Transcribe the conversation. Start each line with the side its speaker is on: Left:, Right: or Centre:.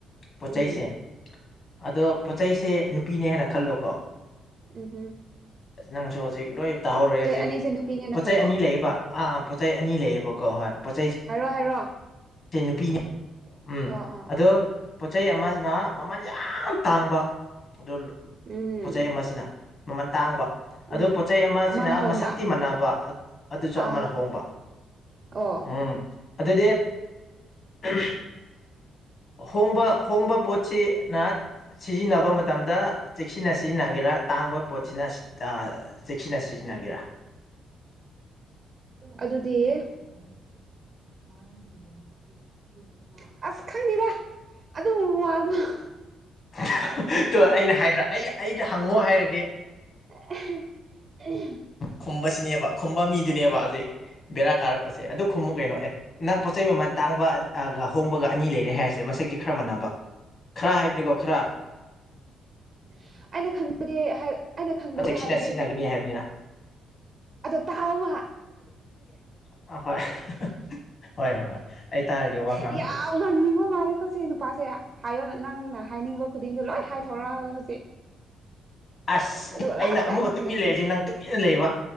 Left: ꯄꯣꯠ
Right: ꯎꯝ
Left: ꯆꯩꯁꯦ ꯑꯗꯣ ꯄꯣꯠ ꯆꯩꯁꯦ ꯅꯨꯄꯤꯅꯦ ꯍꯥꯏꯅ ꯈꯜꯂꯣꯀꯣ
Right: ꯎꯝꯍꯨꯝ
Left: ꯅꯪꯁꯨ ꯍꯧꯖꯤꯛ ꯂꯣꯏ ꯇꯥꯍꯧꯔꯦ ꯍꯧꯖꯤꯛ
Right: ꯑꯅꯤꯁꯦ ꯅꯨꯄꯤꯅꯦꯅ
Left: ꯄꯣꯠꯆꯩ
Right: ꯈꯜꯂꯣ
Left: ꯑꯅꯤ ꯂꯩꯌꯦꯕ ꯑꯥ ꯑꯥ ꯄꯣꯠ ꯆꯩ ꯑꯅꯤ ꯂꯩꯌꯦꯕ ꯀꯣ ꯍꯣꯏ ꯄꯣꯠꯆꯩ ꯁ__
Right: ꯍꯥꯏꯔꯣ ꯍꯥꯏꯔꯣ
Left: ꯅꯨꯄꯤꯅꯦ
Right: ꯑꯥ
Left: ꯎꯝ
Right: ꯑꯥ
Left: ꯑꯗꯣ
Right: ꯑꯥ
Left: ꯄꯣꯠꯆꯩ ꯑꯃꯁꯤꯅ ꯃꯃꯜ ꯌꯥꯝ ꯇꯥꯡꯕ ꯑꯗꯨ ꯂꯣ__
Right: ꯎꯝ
Left: ꯄꯣꯠꯆꯩ ꯑꯃꯁꯤꯅ ꯃꯃꯟ ꯇꯥꯡꯕ ꯑꯗꯨ
Right: ꯎꯝ
Left: ꯄꯣꯠ ꯆꯩ ꯑꯃꯁꯤꯅ
Right: ꯑꯃꯅ ꯍꯣꯡꯕ
Left: ꯃꯁꯛꯇꯤ ꯃꯥꯟꯅꯕ ꯑꯗ ꯑꯗꯨꯁꯨ
Right: ꯑꯥ
Left: ꯑꯃꯅ ꯍꯣꯡꯕ
Right: ꯑꯣ
Left: ꯎꯝ ꯑꯗꯨꯗꯤ <unintelligible> ꯍꯣꯡꯕ ꯍꯣꯡꯕ ꯄꯣꯠꯁꯤꯅ ꯁꯤꯖꯤꯟꯅꯕ ꯃꯇꯝꯗ ꯆꯦꯛꯁꯤꯟꯅ ꯁꯤꯖꯤꯟꯅꯒꯦꯔꯥ ꯇꯥꯡꯕ ꯄꯣꯠꯁꯤꯅ ꯁꯤꯗ ꯑ__ ꯆꯦꯛꯁꯤꯟꯅ ꯁꯤꯖꯤꯟꯅꯒꯦꯔꯥ
Right: ꯑꯗꯨꯗꯤ <unintelligible> ꯑꯁ ꯈꯪꯗꯦꯗ ꯑꯗꯨꯒꯨꯝꯕ ꯋꯥꯗꯣ <unintelligible>
Left: <unintelligible> ꯇꯣ ꯑꯩꯅ ꯍꯥꯏꯗ꯭ꯔꯥ ꯑꯩ ꯑꯩꯗ ꯍꯪꯉꯣ ꯍꯥꯏꯔꯗꯤ
Right: <unintelligible>
Left: ꯈꯨꯝꯕꯁꯤꯅꯦꯕ ꯈꯨꯝꯕ ꯃꯤꯗꯨꯅꯦꯕ ꯍꯧꯖꯤꯛ ꯕꯦꯔꯥ ꯀꯥꯔꯛꯄꯁꯦ ꯑꯗꯨ ꯈꯨꯝꯃꯨ ꯀꯩꯅꯣ ꯑꯦ ꯅꯪ ꯄꯣꯠ ꯆꯩ ꯃꯃꯜ ꯇꯥꯡꯕ ꯑ ꯒ ꯍꯣꯡꯕꯒ ꯑꯅꯤ ꯂꯩꯔꯦ ꯍꯥꯏꯔꯁꯦ ꯃꯁꯛꯇꯤ ꯈꯔ ꯃꯥꯟꯅꯕ ꯈꯔ ꯍꯥꯏꯕꯅꯤꯀꯣ ꯈꯔ
Right: <unintelligible> ꯑꯩꯅ ꯈꯟꯕꯗꯤ ꯍꯥꯏ__ ꯑꯩꯅ ꯈꯟꯕꯗꯤ
Left: ꯑꯗꯨ ꯁꯤꯅ
Right: ꯍꯥꯏꯕꯗꯤ
Left: ꯁꯤꯖꯤꯟꯅꯒꯅꯤ ꯍꯥꯏꯕꯅꯤꯅ
Right: ꯑꯗꯣ ꯇꯥꯥꯎꯋꯣꯕ
Left: ꯑꯍꯣꯏ <unintelligible> ꯍꯣꯏ ꯍꯣꯏ ꯍꯣꯏ ꯑꯩ ꯇꯥꯔꯒꯦ ꯋꯥ ꯉꯥꯡꯉꯔꯣꯏ
Right: ꯌꯥꯝ ꯉꯥꯡꯅꯤꯡꯕ ꯃꯥꯜꯂꯤꯀꯣ ꯁꯤ ꯅꯨꯄꯥꯁꯦ ꯍꯥꯏꯌꯣ ꯅꯪꯅ ꯍꯥꯏꯅꯤꯡꯕ ꯈꯨꯗꯤꯡꯗꯣ ꯂꯣꯏ ꯍꯥꯏꯊꯧꯔꯛꯑꯣ ꯍꯧꯖꯤꯛ
Left: ꯑꯁ
Right: ꯑꯗꯨꯒ
Left: ꯑꯩꯅ
Right: ꯂꯥꯁꯇ
Left: ꯑꯃꯨꯛꯀ ꯇꯨꯃꯤꯟꯅ
Right: ꯈꯨꯝꯕꯤꯒꯦ
Left: ꯂꯩꯔꯗꯤ ꯅꯪ ꯇꯨꯃꯤꯟꯅ ꯂꯩꯕ